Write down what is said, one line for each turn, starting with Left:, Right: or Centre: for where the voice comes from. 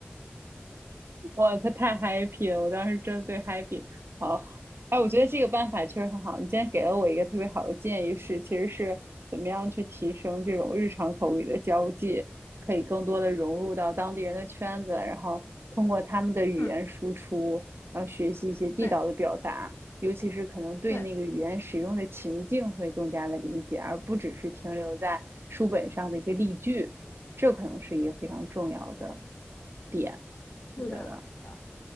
Right: 哇，他太 happy 了，我当时真的对 happy 好。
Left: <laughs>
Right: 哎，我觉得这个办法确实很好。
Left: 嗯
Right: 你今天给了我一个特别好的建议是，其实是怎么样去提升这种日常口语的交际，可以更多的融入到当地人的圈子，然后通过他们的语言输出，
Left: 嗯，
Right: 然后学习一些地道的表达，
Left: 对
Right: 尤其是可能对那个语言使用的情境会更加的理解，
Left: 对，
Right: 而不只是停留在书本上的一个例句。这可能是一个非常重要的点，
Left: 是的，
Right: 我觉得。
Left: 是的。